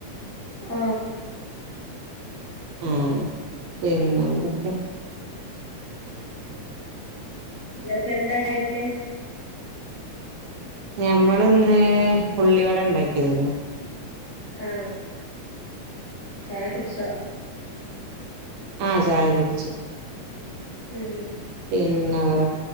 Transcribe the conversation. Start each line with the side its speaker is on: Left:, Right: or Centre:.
Left: ആ
Right: ആ പിന്നെന്തൊക്ക
Left: രസണ്ടോ ചായക്ക്
Right: ഞമ്മൾ ഇന്ന് ഉള്ളിവട ഉണ്ടാക്കിയതേനു
Left: ആ ചായ കുടിച്ചോ
Right: ആ ചായ കുടിച്ച്
Left: ഉം
Right: പിന്നെ വേറെ